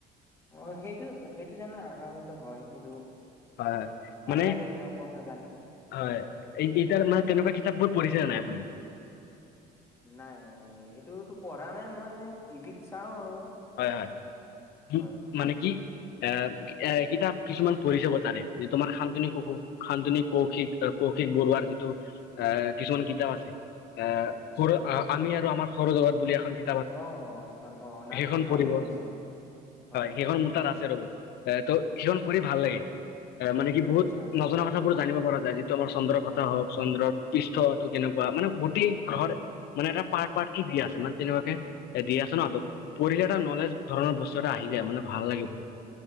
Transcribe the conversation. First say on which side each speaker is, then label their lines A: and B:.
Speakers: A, on the left (about 15°); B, on the left (about 75°).
A: অহ' সেইটো সেইটো জানা আকৰ্ষিত হয় সেইটো
B: হয়
A: ভাল
B: মানে
A: লাগে এইবিলাক কথা জানি
B: হয় এইকেতাৰ মানে
A: উম
B: তেনেকুৱা কিতাপ বহুত পঢ়িছে নে নাই আপুনি?
A: নাই সেইটোতো পঢ়া নাই মই এনেই টিভিত চাওঁ আৰু
B: হয় হয় উ
A: হয়
B: মানে কি এ এ কিতাপ কিছুমান পঢ়িছে <unintelligible> যে তোমাৰ শান্তনিক কৌশ শান্তনিক কৌশিক কৌশিক বৰুৱাৰ যিটো আহ কিছুমান কিতাপ আছে আহ
A: আচ্ছা
B: সৰু আমি আৰু আমাৰ সৌৰজগত বুলি এখন কি
A: অ অ সেই খন অ নামটো
B: সেইখন পঢ়িব
A: নাম শুনিছো
B: হয়
A: হয়
B: সেইখন মোৰ তাত <unintelligible> ৰ'ব ত কিছুমান
A: আচ্ছা
B: পঢ়ি ভাল লাগে অ মানে কি বহুত
A: আচ্ছা
B: নজনা কথাবোৰ জানিব পৰা যায়। তোমাৰ চন্দ্ৰৰথা
A: অ
B: হওক চন্দ্ৰক পৃষ্ঠটো কেনেকুৱা মানে গোটেই গ্ৰহৰ মানে এটা পাৰ্ট পাৰ্ট কি দি আছে মানে তেনেকুৱাকে। এ দি আছ
A: উম
B: ন তাত পঢ়িলে এটা নলেজ ধৰণৰ বস্তু এটা আহি যায় মানে ভাল লাগিব।